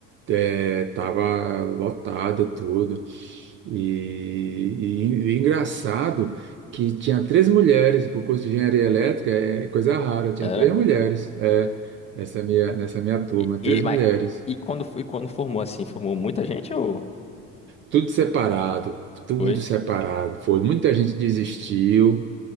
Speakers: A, on the right; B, on the left.
A: é, tava lotada tudo. E, e- e engraçado que tinha três mulheres para o curso de engenharia elétrica, é coisa rara, tinha
B: Era?
A: três mulheres, é, nessa minha, nessa minha turma,
B: E,
A: três
B: e, mas-
A: mulheres.
B: e quando, e quando formou assim, formou muita gente ou
A: Tudo separado, tudo
B: foi?
A: separado. Foi, muita gente desistiu,